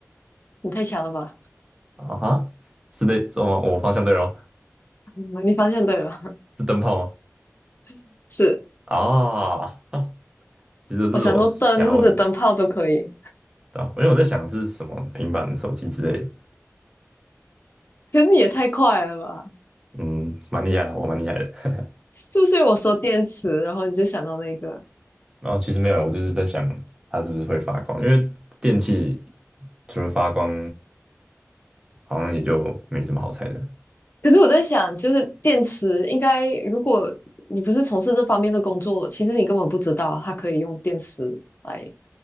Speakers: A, on the left (about 40°); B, on the right (about 15°).
A: 你太强了吧？
B: 啊哈，是的，是吗？我方向对了吗？
A: <laughs> 你方向对了，
B: 是灯泡吗？
A: <laughs> 是，
B: 啊，<laughs> 其实这是我瞎问的，
A: 我想说灯或者灯泡都可以，
B: 对吧因为我在想是什么平板、手机之类的。
A: 可是你也太快了吧？
B: 嗯，蛮厉害的，我蛮厉害的。
A: 就是不是我说电池，然后你就想到那个？
B: 然后其实没有，我就是在想它是不是会发光，因为电器除了发光，好像也就没什么好猜的。
A: 可是我在想，就是电池应该，如果你不是从事这方面的工作，其实你根本不知道它可以用电池来